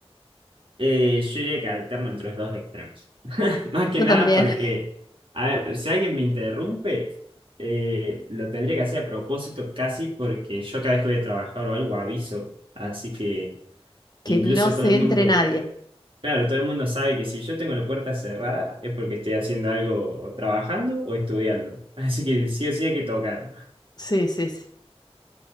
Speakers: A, on the right; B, on the left.
A: Eh, yo diría que alterno entre los dos extremos. <laughs> Más que
B: Yo
A: nada
B: también,
A: porque, a ver, si alguien me interrumpe, eh, lo tendría que hacer a propósito casi porque yo cada vez que voy a trabajar o algo aviso. Así que
B: <laughs> que
A: incluso
B: no se
A: todo el mundo
B: entre nadie.
A: Claro, todo el mundo sabe que si yo tengo la puerta cerrada es porque estoy haciendo algo o trabajando o estudiando. <laughs> Así que sí o sí hay que tocar.
B: Sí, sí, sí.